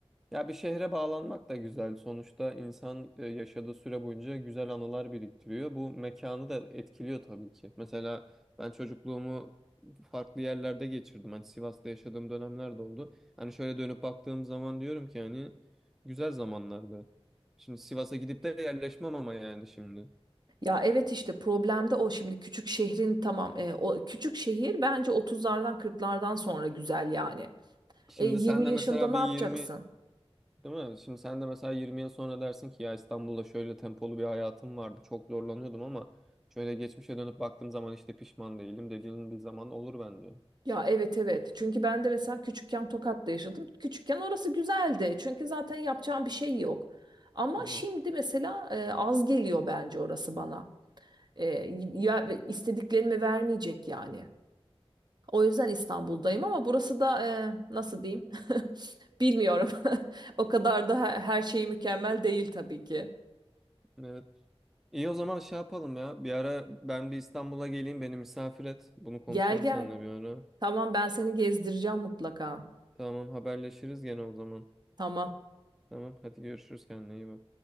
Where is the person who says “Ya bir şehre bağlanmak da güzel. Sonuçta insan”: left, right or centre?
Centre